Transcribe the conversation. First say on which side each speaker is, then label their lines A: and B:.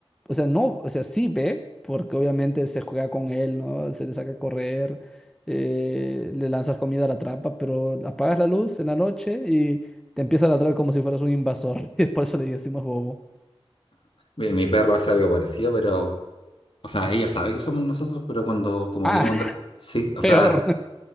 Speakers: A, in the centre; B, on the left.
A: o sea, no, o sea, sí ve, porque obviamente se juega con él, ¿no? Se le saca a correr, eh, le lanzas comida a la trampa, pero apagas la luz en la noche y te empieza a ladrar como si fueras un invasor. <laughs> Y por eso le decimos bobo.
B: Mi, mi perro hace algo parecido, pero, o sea, ella sabe que somos nosotros, pero cuando, como
A: Ah,
B: vivimos, en sí, o
A: <laughs>
B: sea,
A: peor.